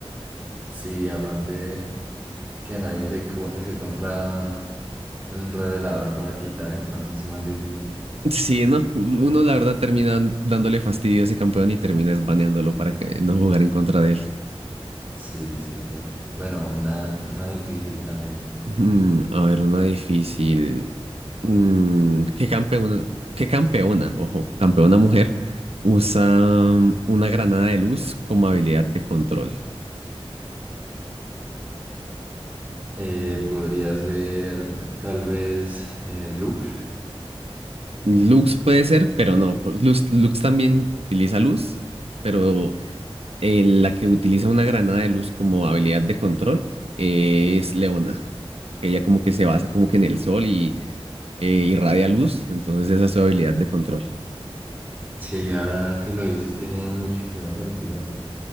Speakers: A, on the right; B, on the right.
A: Sí, aparte de que nadie se, co- se compra un revelador para quitar, entonces es más difícil.
B: Sí, no, uno la verdad termina dándole fastidio a ese campeón y termina baneándolo para que no jugar en contra de él.
A: Sí, sí, sí. Bueno, una, una difícil también.
B: Mm, a ver, una difícil. Mm, ¿qué campeona, qué campeona, ojo, campeona mujer usa mm, una granada de luz como habilidad de control?
A: Eh, podría ser t- tal vez eh, Lux.
B: Lux puede ser, pero no. pues, Lux, Lux también utiliza luz, pero eh, la que utiliza una granada de luz como habilidad de control es Leona, que ella como que se basa como que en el sol y eh, irradia luz, entonces esa es su habilidad de control.
A: Sí, ahora que lo dices tiene muchísimo sentido.